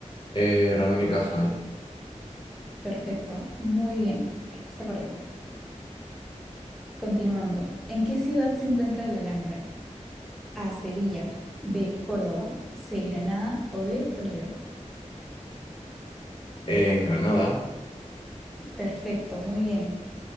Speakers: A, on the left; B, in the centre.
A: Eh, Ramón y Cajal.
B: Perfecto. Muy bien. Respuesta correcta. Continuando. ¿En qué ciudad se encuentra la Alhambra? A, Sevilla. B, Córdoba. C, Granada o D, Toledo.
A: en Granada,
B: Perfecto, muy bien.